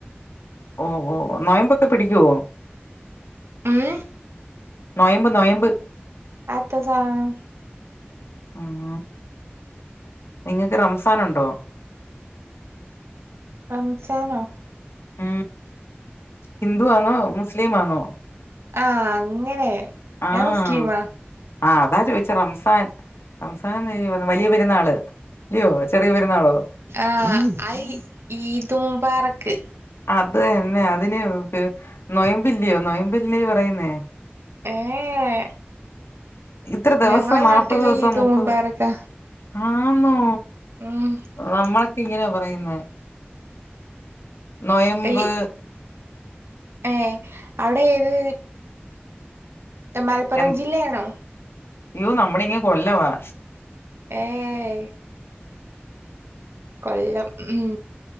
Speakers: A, on the left; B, on the right.
A: ഓ ഓ നോയമ്പൊക്കെ പിടിക്കുവോ?
B: ഉം
A: നൊയമ്പ് നൊയമ്പ്
B: അത് എത്താ സാധനം
A: ആഹ് നിങ്ങക്ക് റംസാനുണ്ടോ?
B: റംസാനോ?
A: ഉം ഹിന്ദു ആന്നോ മുസ്ലിം ആന്നോ?
B: ആഹ അങ്ങനെ
A: ആഹ
B: ഞാൻ മുസ്ലിമാ
A: ആഹ അതാ ചോദിച്ചേ റംസാൻ. റംസാൻ വലിയ പെരുന്നാള്. അല്ലിയോ ചെറിയ പെരുന്നാളോ?
B: ആഹ് ഐ ഈദ് മുബാറക്ക്
A: അതനെ അതിന് നൊയമ്പില്ലിയോ നൊയമ്പില്ലി പറയുന്നേ
B: ഏഹ്
A: ഇത്ര ദിവസം
B: ഞങ്ങളെ
A: നാല്പത്
B: നാട്ടില്
A: ദിവസം
B: ഈദ്
A: മുപ്പത്
B: മുബാറക്കാ
A: ആന്നോ
B: ഉം
A: നമ്മളൊക്കിങ്ങനാ പറയുന്നേ നൊയമ്പ്
B: ഈ ഏഹ് അവിടെ ഏത് മലപ്പുറം
A: എ
B: ജില്ലയാണോ
A: അയ്യോ നമ്മുളിങ്ങ് കൊല്ലവാ
B: ഏഹ് കൊല്ലം ഉം